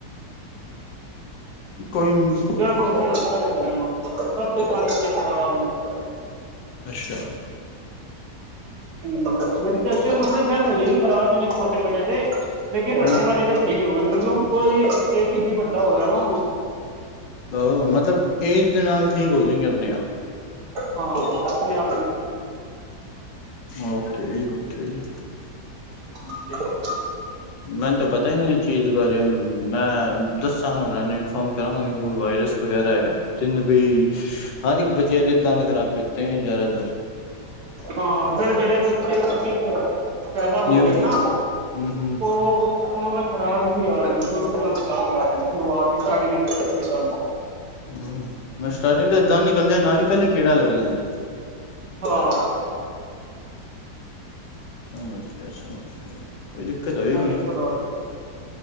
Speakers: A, on the left (about 85°); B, on the right (about 65°).
A: ਕੋਈ ਨੀ।
B: ਜੇੜਾ ਮਰਜ਼ੀ ਬੱਚਾ ਵੇਖ ਲੇਨਾ ਸਭ ਦੇ ਦਾਂਦ ਏਨੇ ਖ਼ਰਾਬ ਨੇ।
A: ਅੱਛਾ।
B: ਹਮ, ਮੇਰੇ ਚਾਚੇ
A: ਵਾਹ
B: ਦੇ ਮੁੰਡੇ ਵਾਲ ਹਜੇ ਵੀ ਖਰਾਬ ਨੇ ਛੋਟੇ ਵਾਲੇ ਦੇ ਲੇਕਿਨ ਵੱਡੇ
A: ਹੂੰ
B: ਵਾਲੇ ਦੇ। ਸਹੀ ਹੋ ਗ ਕਿਉਂਕਿ ਕੋ ਇਹੀ ਵੱਡਾ ਹੋ ਗਿਆ ਨਾ ਓਹ।
A: ਓਹ ਮਤਲਬ ਏਜ ਦੇ ਨਾਲ ਠੀਕ ਹੋ ਜਾਏਗੇ ਆਪਣੇ ਆਪ।
B: ਹਾਂ।
A: ਓਕੇ ਜੀ ਓਕੇ ਜੀ।
B: ਹਮ। <inaudible>
A: ਮੈਨੂੰ ਤਾਂ ਪਤਾ ਹੀ ਨੀ ਇਹ ਚੀਜ਼ ਬਾਰੇ, ਮੈਂ ਦੱਸ ਉਹਨਾਂ ਇਨਫੋਰਮ ਕਰਾਂਗਾ ਵਾਇਰਸ। ਵਗੈਰਾ ਹੈਗਾ ਜਿੰਨੇ ਵੀ ਹਰ ਇੱਕ ਬਚ ਦੇ ਦੰਦ ਖ਼ਰਾਬ ਕੀਤੇ ਜ਼ਿਆਦਾਤਰ।
B: ਹਾਂ ਜਿਹੜੇ ਜਿਹੜੇ ਬੱਚੇ ਪੈਦਾ ਹੋ
A: ਨਿਊ
B: ਰਹੇ ਨਾ,
A: ਹੂੰ ਹੂੰ
B: ਉਹ। ਉਹਨਾਂ ਤਾਂ ਖ਼ਰਾਬ ਹੀ ਆ ਰਹੇ ਨੇ, ਸ਼ੁਰੂ ਖਰਾਬ ਹੀ ਆ ਰਹੇ ਨੇ ਸ਼ੁਰੂਆਤ ਸਟਾਰਟਿੰਗ ਕਿੱਦਾਂ।
A: ਹਮ ਮੈਂ ਸਟਾਰਟਿੰਗ ਦਾ ਦੰਦ ਨਿਕਲਦੇਿਆਂ ਨਾਲ ਹੀ ਪਹਿਲੇ ਕਿਹੜਾ ਲੱਗ ਜਾਂਦਾ।
B: ਹਾਂ।
A: ਸਮਝ ਗਿਆ ਸਮਝ ਗਿਆ ਕੋਈ ਦਿੱਕਤ ਆਵੇਗੀ।
B: ਦਿੱਕਤ